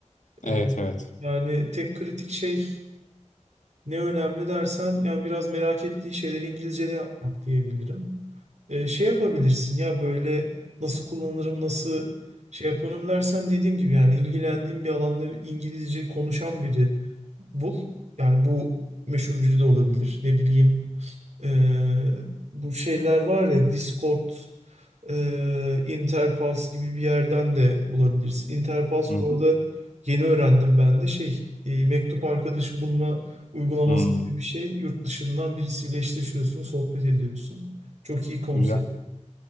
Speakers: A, on the left; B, on the right.
A: Evet
B: E,
A: evet.
B: yani tek kritik şey ne önemli dersen yani biraz merak ettiğin şeyleri İngilizce'de yapmak diyebilirim e, şey yapabilirsin ya böyle nasıl kullanırım nasıl şey yaparım dersen dediğim gibi yani ilgilendiğin bir alanda İngilizce konuşan biri bul. Yani bu meşhur biri de olabilir. Ne bileyim e, bu şeyler var ya Discord, e, Interpulse gibi bir yerden de bulabilirsin. Interpulse
A: Hı
B: bu
A: hı.
B: arada yeni öğrendim ben de şey e, mektup arkadaşı bulma uygulaması
A: Hı,
B: gibi bir şey. Yurt dışından birisiyle eşleşiyorsun, sohbet ediyorsun. Çok iyi konsept.
A: Güzel.